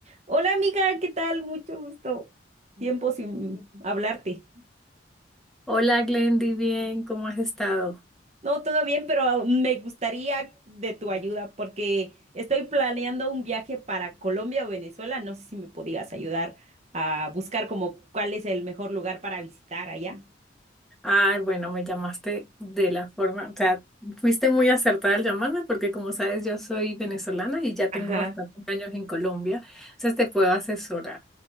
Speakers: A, on the right; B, in the centre.
A: Hola amiga, ¿qué tal? Mucho gusto. Tiempo sin hablarte.
B: Hola Glendy, bien, ¿cómo has estado?
A: No, todo bien, pero me gustaría de tu ayuda porque estoy planeando un viaje para Colombia o Venezuela. No sé si me podías ayudar a buscar como cuál es el mejor lugar para visitar allá.
B: Ay, bueno, me llamaste de la forma, o sea, fuiste muy acertada al llamarme porque como sabes yo soy venezolana y ya tengo
A: Ajá.
B: bastantes años en Colombia, entonces te puedo asesorar.